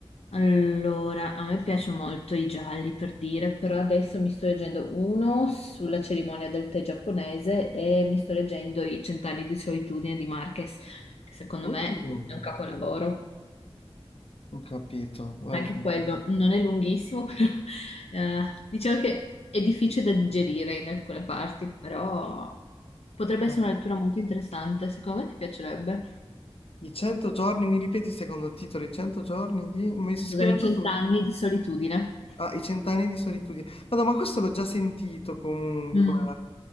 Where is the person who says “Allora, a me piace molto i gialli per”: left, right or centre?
Left